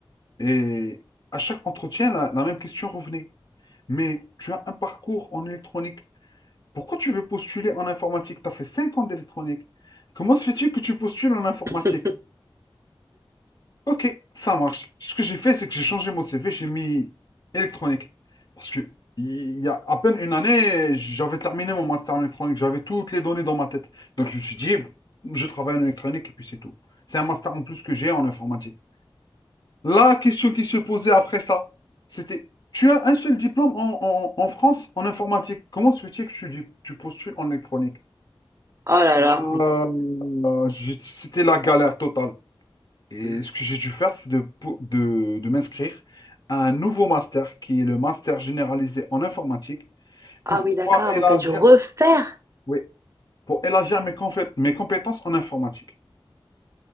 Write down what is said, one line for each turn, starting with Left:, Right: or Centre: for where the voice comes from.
Left: Et à chaque entretien, la, la même question revenait. Mais tu as un parcours en électronique. Pourquoi tu veux postuler en informatique? Tu as fait 5 ans d'électronique. Comment se fait-il que tu postules en informatique?
Right: <laughs>
Left: Ok, ça marche. Ce que j'ai fait, c'est que j'ai changé mon CV, j'ai mis électronique. Parce que il y a à peine une année, j'avais terminé mon master en électronique, j'avais toutes les données dans ma tête. Donc je me suis dit, je travaille en électronique et puis c'est tout. C'est un master en plus que j'ai en informatique. La question qui se posait après ça, c'était, tu as un seul diplôme en, en- en France en informatique. Comment se fait-il que tu, tu postules en électronique?
Right: Oh là
Left: Euh,
Right: là.
Left: j'ai- c'était la galère totale. Et
Right: <laughs>
Left: ce que j'ai dû faire, c'est de, pou- de, de m'inscrire à un nouveau master qui est le master généralisé en informatique
Right: Ah
Left: pour pouvoir
Right: oui, d'accord.
Left: élargir,
Right: Donc, t'as dû refaire.
Left: oui, pour élargir mes, confé- mes compétences en informatique.